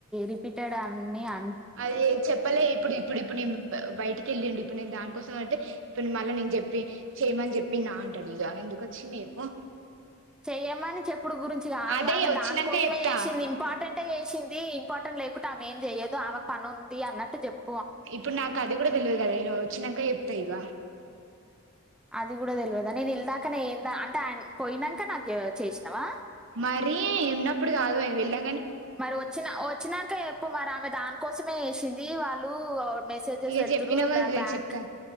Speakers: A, in the centre; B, on the right.
A: రిపీటెడ్ అని అ
B: అది చెప్పలే ఇప్పుడు ఇప్పుడు ఇప్పుడు నేన్ బయటికేళ్ళిండ్ ఇప్పుడు నేన్ దాన్ కోసం అంటే ఇప్పుడు మళ్ళ నేను చెప్పి చేయమని జెప్పిన్న అంటాడు ఇగ ఇందుకొచ్చిది జేప్పు
A: చెయ్యమని చెప్పుడు గురించి కాదు
B: అదే
A: ఆమె
B: వచ్చినాక
A: దాని కోసమే
B: చెప్తా
A: చేసింది ఇంపార్టెంటే చేసింది ఇంపార్టెంట్ లేకుటే ఆమె ఏం చెయ్యదు ఆమే పని ఉంది అన్నట్టు చెప్
B: ఇప్పుడు నాకు అది కూడా తెల్వదు కదా ఇన వచ్చినంక చెప్తా ఇగ
A: అది కూడా తెల్వదా నేను ఇల్దకనే ఎంద అంటే ఆయన పోయినంక నాకు చేసినవా
B: మరి ఉన్నప్పుడు కాదు ఆయన వెళ్ళా
A: మరి వోచ్చిన వోచ్చినంక ఎప్పు మరి ఆమె దాన్ కోసమే చేసింది వాళ్ళు మెసేజెస్
B: ఇగ
A: పెడుతురు
B: చెప్పినవ్ కాదనే
A: బ్యాంక్
B: చెప్తా